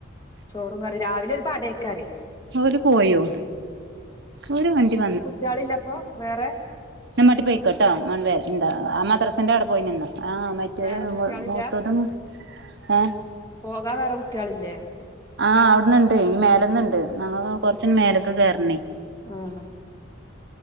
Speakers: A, on the left (about 20°); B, on the right (about 55°).
A: ചോറും കറി രാവിലൊരു പടേക്കാരേ
B: ഓല് പോയോ ഓര് വണ്ടി
A: കുട്ടികളില്ല അപ്പൊ വേറെ
B: <unintelligible> മറ്റോര്
A: വേറെ കുട്ട്യാളില്ല
B: മൂത്തതും ഏ
A: പോകാൻ വേറെ കുട്ട്യാള്ല്ലേ
B: ആ അവ്ട്ന്ന്ണ്ട് ഈ മേലന്ന്ണ്ട് ഞങ്ങളത്ണ്ട് കൊർച്ച്ണ്ട് മേലക്ക് കേറണെ
A: ഉം